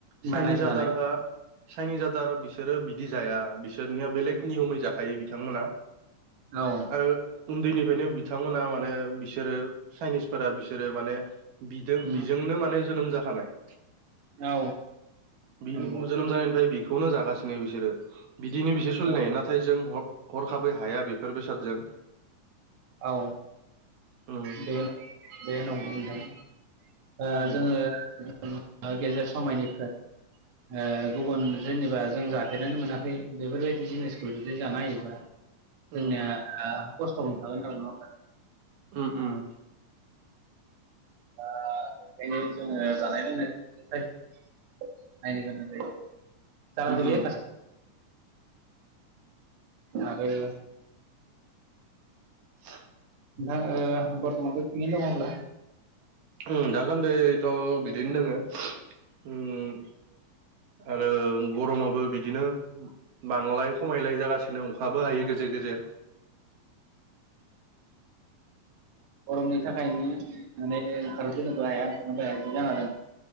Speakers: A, on the right (about 85°); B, on the right (about 60°).
A: चाइनिस
B: बानायफ्लानाय
A: आधार काड चाइनिस आदार बिसोरो बिदि जाया बिसोरनिया बेलेग नियमै जाखायो बिथांमोनहा।
B: औ
A: आरो उन्दैनिफ्रायनो बिथांमोना माने बिसोरो चाइनिसफोरा बिसोरो माने बिदो
B: उम
A: बिजोंनो माने जोनोम जाखानाय।
B: औ
A: बिनि
B: नंगौ
A: जोनोम जानायनिफ्राय बेखौनो जागासिनो बिसोरो बिदिनो बिसोर सोलिनाय
B: औ
A: हायो नाथ थाय जजों हरखाबै हाया बेफोर बेसादजों।
B: औ
A: उम
B: बे बे नंगौ होनदों ओ
A: उम
B: जोङो गेजेर समायनिफ्राय ओ गुबुन जेनेबा जों जाफेरानो मोनाखै बेफोरबायदि जिनिसखौ जुदि जानाय होयोबा जोंनिया
A: उम
B: ओ खस्थ' मोन थागोन आरो नङा होमबा
A: उम उम
B: दा बेखायनो जोङो जानाय लोंनायखौ <unintelligible> बायनो गोनां जायो
A: उम
B: <unintelligible> आरो
A: <inaudible>
B: नोंथां ओ बरतमानथ‌ थिगैनो दङ अब्ला
A: उम दासान्दैथ बिदिनो दोङो उम आरो गरमाबो बिदिनो बांलाय खमायलाय जागासिनो अखाबो हायो गेजेर गेजेर
B: गरमनि थाखायनो माने ओंखार बोनोबो हाया अखारनो बो हायासो जाना दं।